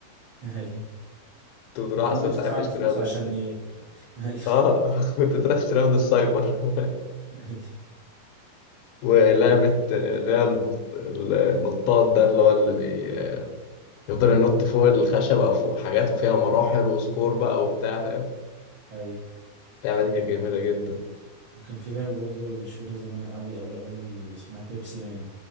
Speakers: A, on the right; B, on the left.
A: <laughs> أيوة
B: كنت بتروح
A: أنت
B: اصلا
A: ممكن تدفع
B: ساعات تشتريها
A: له فلوس
B: من
A: عشان
B: السايبر
A: ي... <laughs> أيوة
B: اه <laughs> كنت بتروح تشتريها من السايبر <laughs>
A: أيوة
B: ولعبة آه، اللي هي النط- النطاط ده اللي هو اللي بي... يفضل ينط فوق الخشب او فوق حاجات وفيها مراحل وسكور بقى وبتاع فاهم
A: أيوة
B: اللعبه دي كانت جميله جدا
A: كان في لعبة برضه مشهورة زمان أوي أوي أوي اسمها بيبسي مان